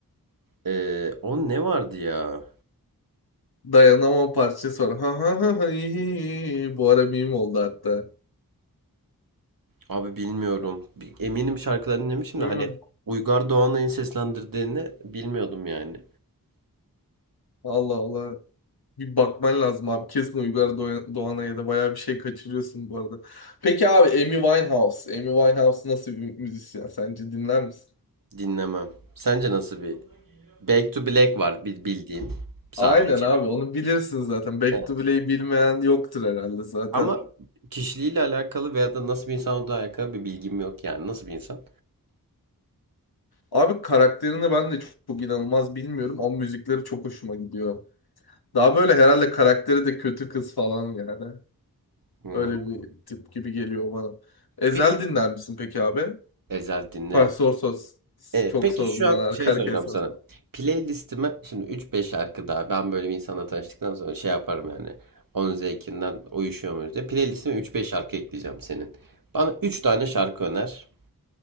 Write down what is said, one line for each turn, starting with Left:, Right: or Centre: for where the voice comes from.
Right: Ee, o ne vardı ya?
Left: Dayanamam parçası var. Ha ha ha ha, hi, hi, hi. Bu ara meme oldu hatta.
Right: Abi bilmiyorum. Bi- Eminim şarkılarını dinlemişim
Left: Hı,
Right: de hani Uygar Doğanay'ın seslendirdiğini bilmiyordum yani.
Left: Allah Allah. Bir bakman lazım abi. Kesin Uygar Doğan- Doğanay'a da bayağı bir şey kaçırıyorsun bu arada. Peki abi Amy Winehouse. Amy Winehouse nasıl bir müzisyen? Sence dinler misin?
Right: Dinlemem. Sence nasıl bir? Back to Black var bil- bildiğim sadece.
Left: Aynen abi onu bilirsin zaten. Back
Right: Evet.
Left: to Blue'yi bilmeyen yoktur herhalde zaten.
Right: Ama kişiliğiyle alakalı veya da nasıl bir insan olduğu alakalı bir bilgim yok yani. Nasıl bir insan?
Left: Abi karakterini ben de çok, çok inanılmaz bilmiyorum ama müzikleri çok hoşuma gidiyor. Daha böyle herhalde karakteri de kötü kız falan yani.
Right: Hmm.
Left: Öyle bir tip gibi geliyor bana. Ezel
Right: Peki
Left: dinler misin peki abi?
Right: Ezel dinlerim.
Left: Bak sor sor. S-
Right: E,
Left: Çok
Right: peki
Left: sordum
Right: şu an
Left: ben arka
Right: şey soracağım
Left: arkaya sordum.
Right: sana. Playlistime şimdi üç beş şarkı daha ben böyle bir insanla tanıştıktan sonra şey yaparım yani. Onun zevkinden uyuşuyor muyuz diye. Playlistime üç beş şarkı ekleyeceğim senin. Bana üç tane şarkı öner.